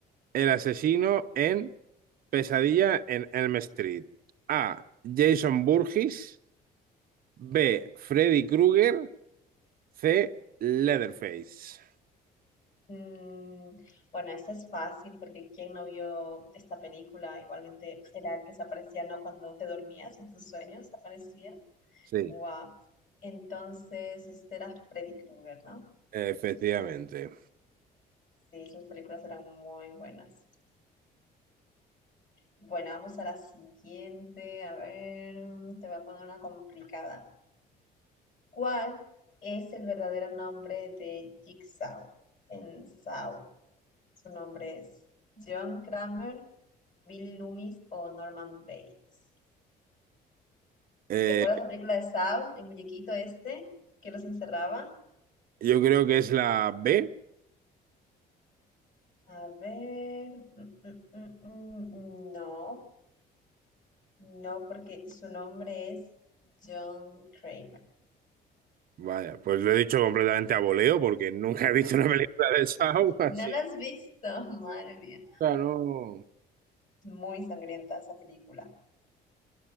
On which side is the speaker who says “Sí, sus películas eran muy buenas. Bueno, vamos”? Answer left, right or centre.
Left